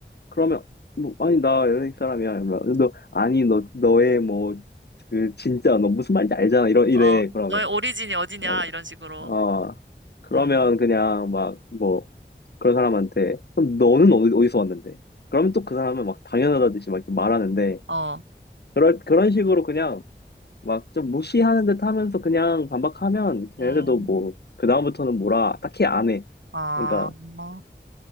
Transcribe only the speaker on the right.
어,
너의 오리진이 어디냐,
이런 식으로,
음,
어,
음,
아,
뭐,